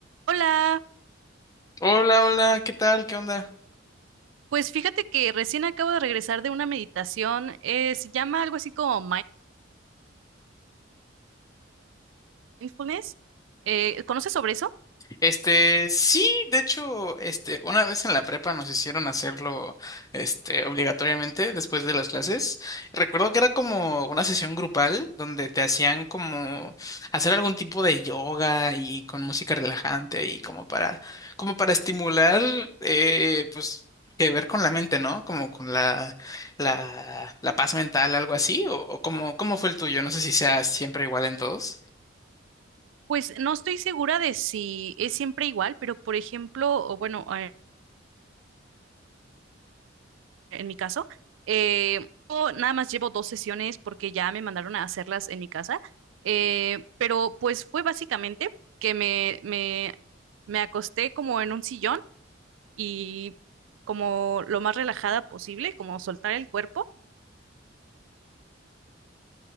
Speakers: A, on the right (about 80°); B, on the left (about 20°).
A: Hola,
B: Hola, hola, ¿qué tal? ¿Qué onda?
A: pues fíjate que recién acabo de regresar de una meditación, eh, se llama algo así como mindfulness. Eh, ¿conoces sobre eso?
B: Este, sí, de hecho, este, una vez en la prepa nos hicieron hacerlo, este, obligatoriamente después de las clases. Recuerdo que era como una sesión grupal donde te hacían como hacer algún tipo de yoga y con música relajante y como para, como para estimular, eh, pues, que ver con la mente, ¿no? Como con la, la, la paz mental, algo así, o, o cómo, cómo fue el tuyo. No sé si sea siempre igual en todos.
A: Pues no estoy segura de si es siempre igual, pero por ejemplo, o bueno, eh, en mi caso, eh, yo nada más llevo dos sesiones porque ya me mandaron a hacerlas en mi casa, eh, pero pues fue básicamente que me, me, me acosté como en un sillón y como lo más relajada posible, como soltar el cuerpo.